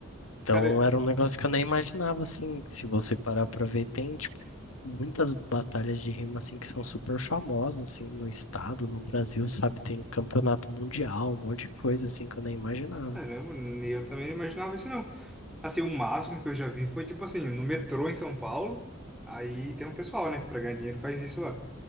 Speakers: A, on the left; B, in the centre.
A: Então
B: Cara,
A: era um negócio que eu nem imaginava, assim, se você parar pra ver, tem, tipo, muitas batalhas de rima, assim, que são super famosas, assim, no estado, no Brasil, sabe? Tem campeonato mundial, um monte de coisa, assim, que eu nem imaginava.
B: caramba, eu também não imaginava isso, não. Assim, o máximo que eu já vi foi, tipo assim, no metrô em São Paulo, aí tem um pessoal, né, que pra ganhar dinheiro faz isso lá.